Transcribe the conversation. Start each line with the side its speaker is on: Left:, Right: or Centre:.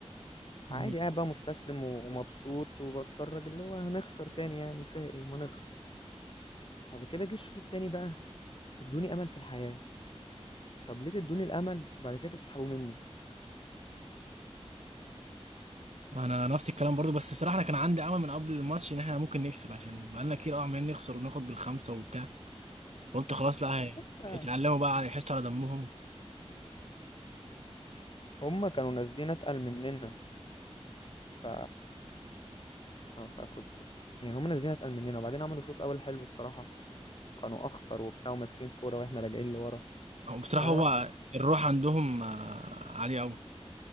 Left: فعادي
Right: مم.
Left: قاعد بقى مستسلم ومبسوط وبتفرج اللي هو هنخسر تاني يعني فيها ايه ما نخسر بعد كده جه الشوط التاني بقى ادوني امل في الحياه طب ليه تدوني الامل وبعد كده تسحبوا مني
Right: انا نفس الكلام برضو بس الصراحه انا كان عندي امل من قبل الماتش ان احنا ممكن نكسب عشان بقالنا كتير قوي عمالين نخسر وبناخد بالخمسه وبتاع فقلت خلاص لا هي-
Left: لا
Right: اتعلموا بقى يحسوا على دمهم
Left: هما كانوا نازلين اتقل مننا ف فكنت يعني هما نازلين اتقل مننا وبعدين عملوا شوط اول حلو الصراحه كانوا اخطر وبتاع وماسكين كوره واحنا راجعين لورا
Right: هو بصراحه
Left: ف
Right: هو الروح عندهم آه، عاليه قوي